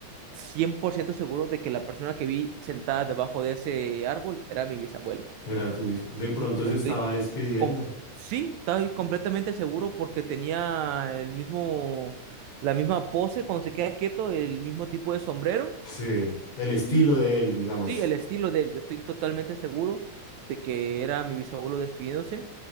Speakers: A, on the right; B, on the left.
A: 100% seguro de que la persona que vi sentada debajo de ese árbol era mi bisabuelo.
B: era tu De pronto
A: Estoy
B: se estaba despidiendo.
A: com- sí, estoy completamente seguro porque tenía el mismo, la misma pose cuando se queda quieto, el mismo tipo de sombrero
B: Sí, el estilo
A: y
B: de él, digamos.
A: sí, el estilo de él. Yo estoy totalmente seguro de que era mi bisabuelo despidiéndose.